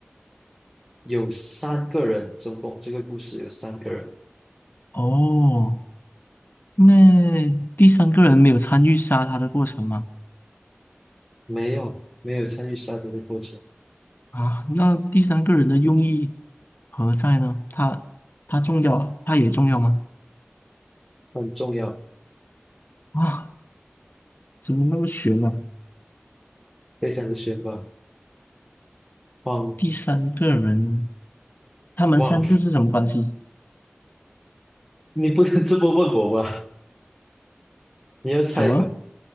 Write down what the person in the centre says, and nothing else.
有三个人，总共这个故事有三个人
没有没有参与杀人的过程，
很重要，
非常的悬吧？忘
忘，<laughs> 你不能这么问我吧？你要猜吧？